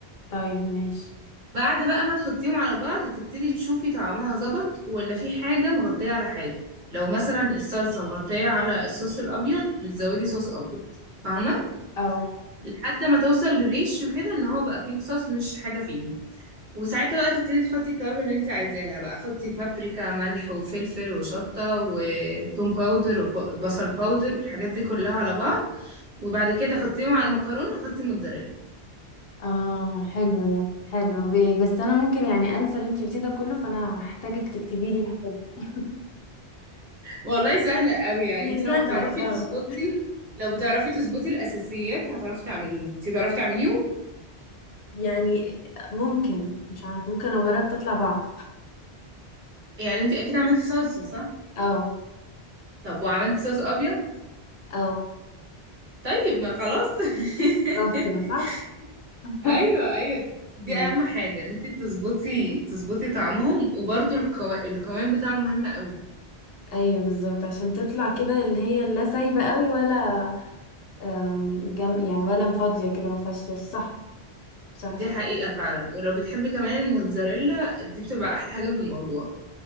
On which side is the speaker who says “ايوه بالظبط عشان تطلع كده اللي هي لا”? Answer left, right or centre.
Left